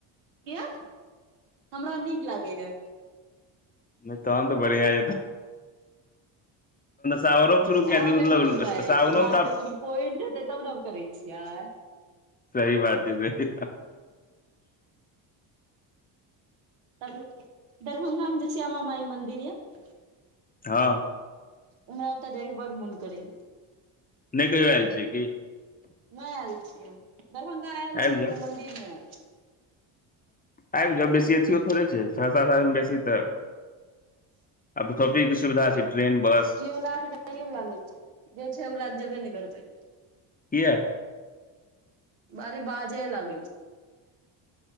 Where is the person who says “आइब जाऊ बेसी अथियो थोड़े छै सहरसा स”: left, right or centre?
Left